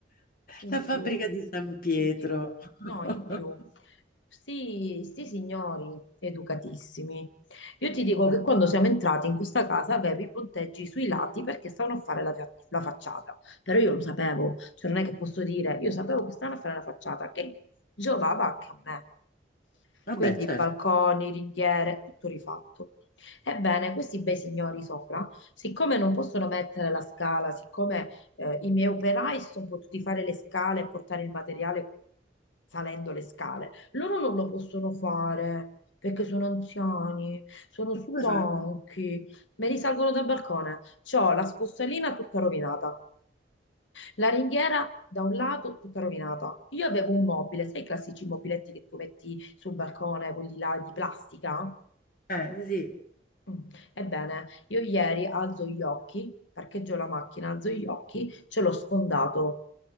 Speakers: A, on the left; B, on the left.
A: in
B: La fabbrica
A: più,
B: di San Pietro.
A: in più,
B: <laughs>
A: no, in più. Sti, sti signori educatissimi. Io ti dico
B: Eh,
A: che quando siamo entrati in questa casa avevi i punteggi sui lati perché stavano a fare la, fia- la facciata. Però io lo sapevo, cioè non è che posso dire, io sapevo che stavano a fare la facciata, che giovava anche a me.
B: Vabbè,
A: Quindi
B: certo.
A: balconi, ringhiere, tutto rifatto. Ebbene, questi bei signori sopra, siccome non possono mettere la scala, siccome eh, i miei operai si sono potuti fare le scale e portare il materiale salendo le scale. Loro non lo possono fare perché sono anziani, sono
B: E
A: stanchi,
B: Come fanno?
A: me li salgono dal balcone. C'ho la scossalina tutta rovinata, la ringhiera da un lato tutta rovinata. Io avevo un mobile, sai i classici mobiletti che tu metti sul balcone, quelli là di plastica?
B: Eh, sì.
A: Mm. Ebbene, io ieri alzo gli occhi, parcheggio la macchina, alzo gli occhi, ce l'ho sfondato.